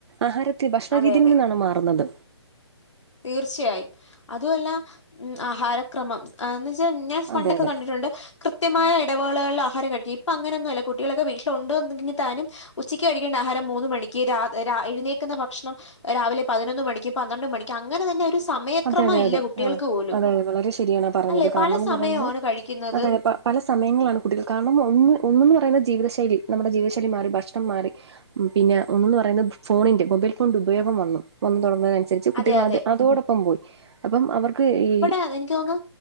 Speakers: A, on the right; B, on the left.
A: ആഹാരം ഭക്ഷണരീതിയിൽ
B: അതെ അതെ.
A: നിന്നാണ് മാറുന്നത്
B: തീർച്ചയായും അതു അല്ലാ ഉം ആഹാരം ക്രമം എന്നെച്ചാ ഞാൻ പണ്ടൊക്കെ
A: അതെ അതെ
B: കണ്ടിട്ടൊണ്ട് കൃത്യമായ ഇടവേളകളില് ആഹാരം കഴിക്കും ഇപ്പൊ അങ്ങനൊന്നും അല്ലാ കുട്ടികളൊക്കെ വീട്ടിലുണ്ട് എങ്കി താനും ഉച്ചയ്ക്ക് കഴിക്കേണ്ട ആഹാരം മൂന്ന് മണിക്ക് രാ രാ എഴുന്നേക്കുന്ന ഭക്ഷണം രാവിലെ പതിനൊന്ന് മണിക്ക് പന്ത്രണ്ട് മണിക് അങ്ങനെ തന്നെ ഒരു സമയക്രമം
A: അതെ അതെ
B: ഇല്ല
A: അതെ
B: കുട്ടികൾക്ക്
A: ആഹ്
B: പോലും.
A: അതെ അതെ വളരെ ശരിയാണ് പറഞ്ഞത്
B: അല്ലെ
A: കാരണംന്ന്
B: പല സമയമാണ്
A: പറയുന്നെ
B: കഴി ക്കിന്നത്.
A: അതെ പ പല സമയങ്ങളാണ് കുട്ടികൾ കാരണം ഒന്ന് ഒന്ന്ന്ന് പറയുന്ന ജീവിതശൈലി. നമ്മുടെ ജീവിതശൈലി മാറി ഭക്ഷണം മാറി ഉം പിന്നെ ഒന്ന്ന്ന് പറയുന്നെ ഫോണിന്റെ മൊബൈൽ ഫോണിന്റെ ഉപയോഗം വന്നു വന്ന് തൊടങ്ങുന്ന അൻ സരിച്ച് കുട്ടികൾ
B: അതെ അതെ
A: അത് അതോടൊപ്പം പോയി അപ്പം അവർക്ക് ഈ
B: അതെനിക്ക് തോന്നു